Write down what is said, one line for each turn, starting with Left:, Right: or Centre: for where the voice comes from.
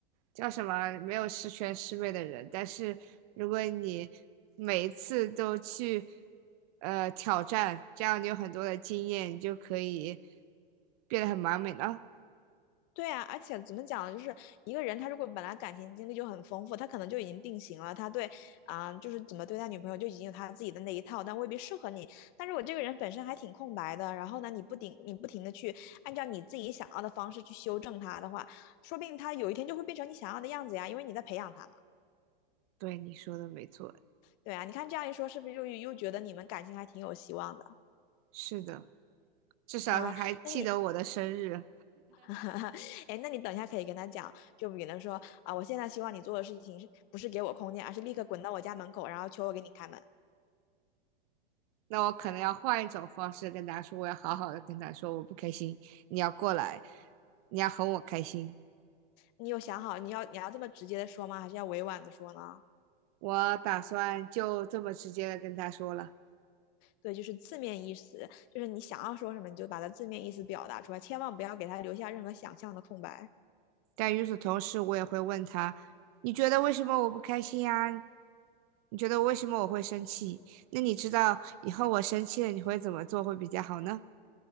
Right: 叫什么没有十全十美的人，但是如果你每一次都去呃挑战，这样你有很多的经验，你就可以变得很完美了。
Left: 对啊，而且怎么讲呢，就是一个人他如果本来感情经历就很丰富，他可能就已经定型了，他对啊、就是怎么对待女朋友就已经有他自己的那一套，但未必适合你。但如果这个人本身还挺空白的，然后呢，你不停你不停的去按照你自己想要的方式去修正他的话，说不定他有一天就会变成你想要的样子呀，因为你在培养他嘛。
Right: 对，你说的没错，
Left: 对啊，你看这样一说，是不是又又觉得你们感情还挺有希望的
Right: 是的，至少他还记得我的生日。
Left: 啊、那你 <laughs> 哎，那你等一下可以跟他讲，就比如说啊，我现在希望你做的事情是不是给我空间，而是立刻滚到我家门口，然后求我给你开门。
Right: 那我可能要换一种方式跟他说，我要好好的跟他说，我不开心，你要过来，你要哄我开心。
Left: 你有想好你要你要这么直接的说吗？还是要委婉的说呢？
Right: 我打算就这么直接的跟他说了。
Left: 对，就是字面意思，就是你想要说什么，你就把它字面意思表达出来，千万不要给他留下任何想象的空白。
Right: 但与此同时，我也会问他：你觉得为什么我不开心呀？你觉得为什么我会生气？那你知道以后我生气了你会怎么做会比较好呢？